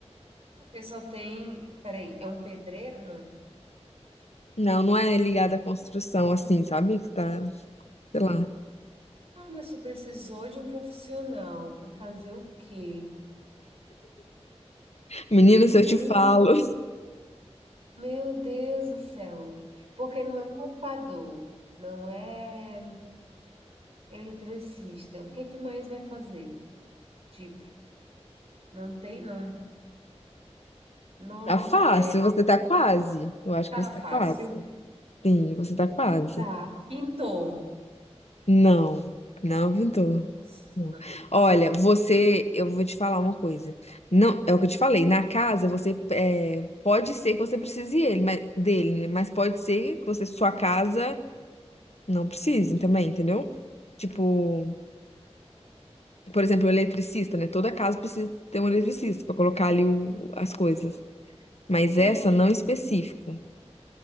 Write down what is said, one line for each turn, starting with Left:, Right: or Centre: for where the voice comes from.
Right: Porque só tem. Peraí, é um pedreiro? Não.
Left: Não, não é ligada à construção, assim, sabe? Que tá, sei lá.
Right: Ah, mas tu precisou de um profissional para fazer o quê?
Left: Menina, se
Right: Gente,
Left: eu te falo.
Right: Meu Deus do céu. Porque não é montador, não é eletricista. O que que mais vai fazer? Tipo, não tem, não. Nossa,
Left: Tá fácil,
Right: é,
Left: você tá quase. Eu acho
Right: tá
Left: que você tá
Right: fácil.
Left: quase. Sim, você tá quase.
Right: Tá. Pintor.
Left: Não, não, Vitor.
Right: Nossa.
Left: Não. Olha, você, eu vou te falar uma coisa. Não, é o que eu te falei. Na casa, você é, pode ser que você precise ele, mas- dele, né? mas pode ser que você, sua casa não precise também, entendeu? Tipo, por exemplo, o eletricista, né? Toda casa precisa ter um eletricista pra colocar ali o- as coisas.
Right: Ah,
Left: Mas
Right: sim.
Left: essa não específico.